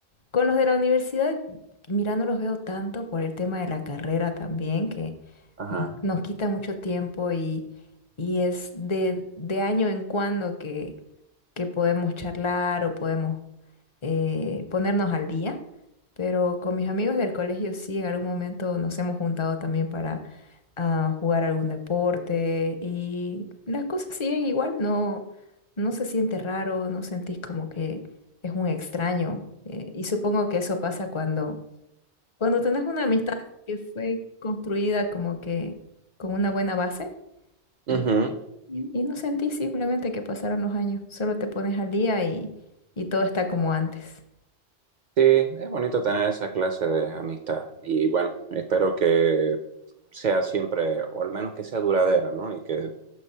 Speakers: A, on the left; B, on the right.
A: Con los de la universidad, mira, no los veo tanto por el tema de la carrera también, que
B: Ajá.
A: nos, nos quita mucho tiempo y, y es de, de año en cuando que, que podemos charlar o podemos eh, ponernos al día. Pero con mis amigos del colegio sí, en algún momento nos hemos juntado también para a jugar algún deporte y las cosas siguen igual, no, no se siente raro, no sentís como que es un extraño. eh, y supongo que eso pasa cuando, cuando tenés una amistad que fue construida como que con una buena base
B: Ujú.
A: y, y- y no sentís simplemente que pasaron los años, solo te pones al día y, y todo está como antes.
B: Sí, es bonito tener esa clase de amistad y bueno, espero que sea siempre, o al menos que sea duradera, ¿no? Y que